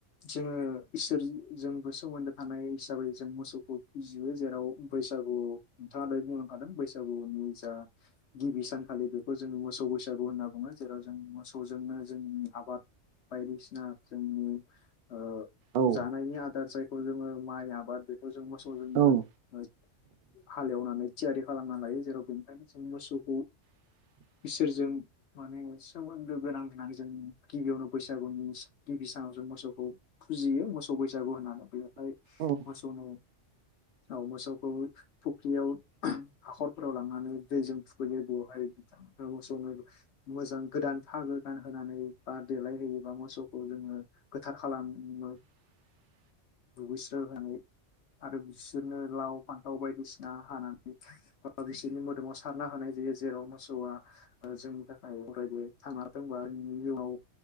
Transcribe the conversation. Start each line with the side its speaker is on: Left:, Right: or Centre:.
Left: जोङो इसोर जोंबो सोमोन्दो थानाय हिसाबै जों मोसौखौ फियो जेराव बै सागु बिथाङा दै बुंलांखादों बैसागुनि जा गिबि सानखालि बेखौ जों मोसौ बैसागु होनना बुङो जेरै जों मोसौजोंनो जोंनि आबाद बायदिसिना जोंनि ओ
Right: औ
Left: जानायनि आदार जायखौ जोङो माइ आबाद जों मोसौ जोङो
Right: औ
Left: हालेवनानै थियारि खालामना लायो जेराव बेनि आनो जों मोसौखौ
Right: <inaudible>
Left: इसोरजों माने सोमोन्दो गोनां होननानै जों गिबियावनो बैसागुनि गिबि सानाव मोसौखौ फुजियो मोसौ बैसागु होननानै बियो ओ
Right: औ
Left: मोसौनाव औ मोसौखौ फुख्रियाव हाखरफोराव लांनानै दैजों थुखैयो बेवहाय ओ मोसौनो मोजां गोदान फागो गानहोनानै बा देलायहोयोबा मोसौखौ जोङो गोथार खालामो
Right: <unintelligible>
Left: दुगैस्राय होनानै आरो बिसोरनो लाव फान्थाव बायदि बायदिसिना हानानै बा बिसोरनि मोदोमाव सारना होनाय जायो जेराव मोसौआ अ जोंनि थाखा थाखाय अरायबो थांना थाथों बानि जिउआव